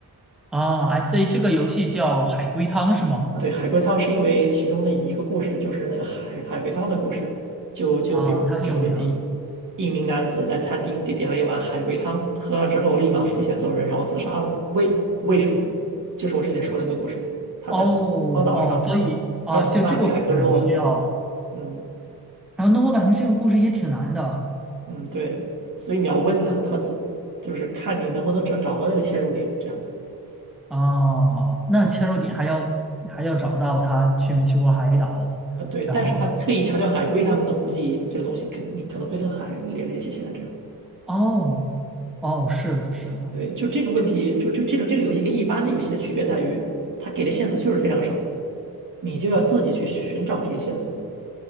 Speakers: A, in the centre; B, on the right (about 50°).
A: 啊，I s 所以这个游戏叫海龟汤是吗？
B: 对，海龟汤是因为其中的一个故事就是那个海海龟汤的故事，就就比如这个问题，
A: 啊，他很有名儿
B: 一名男子在餐厅点点了一碗海龟汤，喝了之后立马付钱走人，然后自杀了。为为什么？就是我之前说的那个故事，他在
A: 哦
B: 荒岛上，
A: 哦，所以啊，
B: 他的同伴给他割肉了，
A: 就这个故事你需要，
B: 这样。嗯
A: 然后那我感觉这个故事也挺难的
B: 嗯，对，所以你要问呢，他自就是看你能不能找找到那个切入点，这样的。
A: 啊，那切入点还要还要找到他去没去过海岛，
B: 啊，对，
A: 然后
B: 但是他特意强调海龟汤，那估计这个东西肯你可能会跟海联联系起来，这样。
A: 哦哦，是的，是的
B: 对，就这个问题，就就这个这个游戏跟一般的游戏的区别在于，它给的线索就是非常少，你就要自己去寻找这些线索。